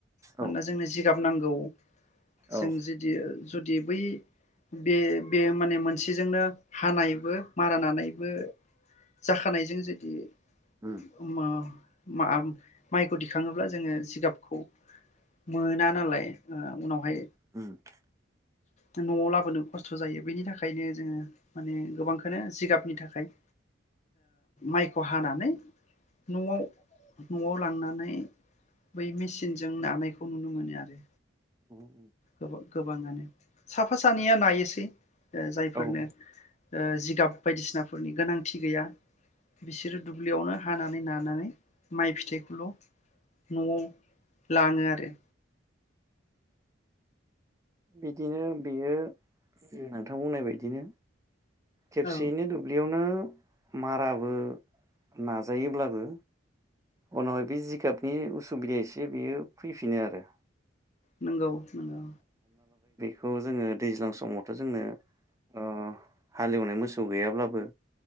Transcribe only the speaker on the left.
मानोना
जोंनो जिगाब नांगौ। जों
जुदि ओ जुदि बै बे बे माने मोनसेजोंनो हानायबो मारा नानायबो जाखानायजों जुदि
<unintelligible> मा माइखौ दिखाङोब्ला जोङो जिगाबखौ मोना नालाय उनावहाय
ओ न'आव लाबोनो खस्थ' जायो बेनि थाखायनो जोङो माने गोबांखौनो जिगाबनि थाखाय ओ माइखौ हानानै न'आव न'आव लांनानै बै मेसिनजों नानायखौ नुनो मोनो आरो।
गोबा गोबाङानो साफा सानैया नायोसै ओ जायफोरनो
ओ जिगाब बायदिसिनाफोरनि गोनांथि गैया बिसोरो दुब्लिआवनो हानानै नानानै माइ फिथाइखौल' न'आव लाङो आरो।
औ
नंगौ नंगौ।